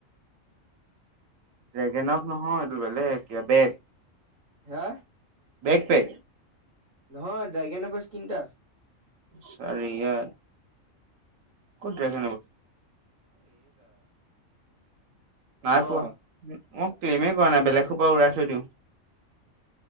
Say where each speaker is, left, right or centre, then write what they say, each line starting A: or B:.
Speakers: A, on the right; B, on the right.
A: ড্ৰেগেনক নহয় এইটো বেলেগ <unintelligible>
B: হে
A: বেগ পেগ
B: নহয় ড্ৰেগান এফছ কিনটা আছে
A: <unintelligible> ইয়াৰ <unintelligible>
B: অ',
A: নাই পোৱা মই ক্লেইমে কৰা নাই বেলেগৰ পৰা উৰাই থৈ দিওঁ